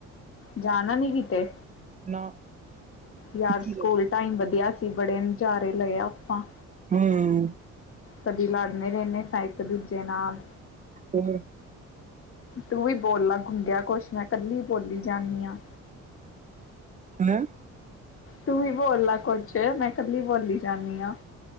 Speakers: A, on the left; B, on the right.
A: ਜਾਣਾ ਨੀ ਕਿਤੇ।
B: ਨਾ
A: ਯਾਰ
B: ਕਿੱਥੇ
A: ਸਕੂਲ
B: ਜਾ
A: ਟਾਈਮ ਵਧੀਆ ਸੀ ਬੜੇ ਨਜ਼ਾਰੇ ਲਏ ਆਪਾਂ
B: ਹੂੰ,
A: ਕਦੀ ਲੜਨੇ ਰਹਿੰਦੇ ਸ ਇੱਕ ਦੂਜੇ ਨਾਲ।
B: ਹੋ
A: ਤੂੰ ਵੀ ਬੋਲ ਗੁੰਗਿਆ ਕੁਛ ਮੈਂ ਕੱਲੀ ਬੋਲੀ ਜਾਂਦੀ ਆ।
B: ਹਨ।
A: ਤੂੰ ਵੀ ਬੋਲਲਾ ਕੁੱਝ ਮੈਂ ਕੱਲੀ ਬੋਲੀ ਜਾਂਦੀ ਆ।